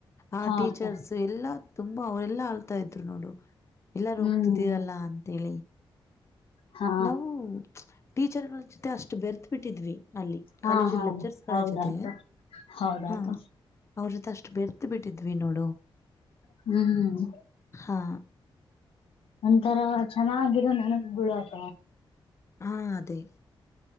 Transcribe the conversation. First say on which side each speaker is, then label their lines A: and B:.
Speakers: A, on the left; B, on the left.
A: ಆ
B: ಹಾ
A: ಟೀಚರ್ಸ್
B: ಅಕ್ಕ
A: ಎಲ್ಲಾ ತುಂಬಾ ಅವರೆಲ್ಲಾ ಆಳ್ತಾ ಇದ್ರು ನೋಡು ಎಲ್ಲಾರು
B: ಹ್ಮ್
A: ಹೋಗ್ತಿದ್ದೀರಲ್ಲ ಅಂತೇಳಿ
B: ಹಾ
A: ನಾವು ಟೀಚರ್ಗಳ ಜೊತೆ ಅಷ್ಟು ಬೆರೆತ ಬಿಿಟ್ಟಿದ್ವಿ ಅಲ್ಲಿ
B: ಹಾ
A: ಕಾಲೇಜಲ್ಲಿ
B: ಹಾ
A: ಲೆಕ್ಚರ್ಸ್ಗಳ
B: ಹೌದಾ
A: ಜೊತೆ
B: ಅಕ್ಕ ಹೌದಾ
A: ಹ
B: ಅಕ್ಕ
A: ಅವ್ರ ಜೊತೆ ಅ ಬೆರೆತ ಬಿಟ್ಟಿದ್ವಿ ನೋಡು
B: ಹ್ಮ್
A: ಹಾ
B: ಒಂಂತರ ಚೆನ್ನಾಗಿರೋ ನನಗ್ ಬಿಡಾಕ
A: ಹಾ ಅದೇ